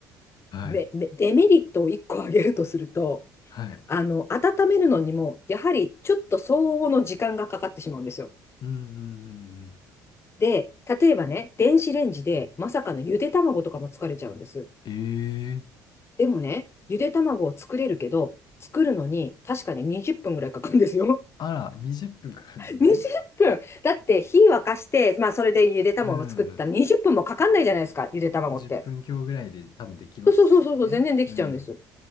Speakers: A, on the left (about 45°); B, on the left (about 30°).
A: はい。
B: め、めデメリットを1個挙げるとすると、
A: はい。
B: あの、温めるのにも、やはりちょっと相応の時間がかかってしまうんですよ。
A: うんうんうんうん。
B: で、例えばね、電子レンジでまさかのゆで卵とかも作れちゃうんです。
A: ええ
B: でもね、ゆで卵を作れるけど、作るのに確かに20分ぐらいかかるんですよ。
A: あら、20分からですね。
B: 20分だって火沸かして、まあそれでゆで卵を作ってたら20分もかかんないじゃないですか、
A: うん。
B: ゆで卵って。
A: 10分強ぐらいで多分できますよね。
B: そうそうそうそうそう、全然できちゃうんです。
A: うん。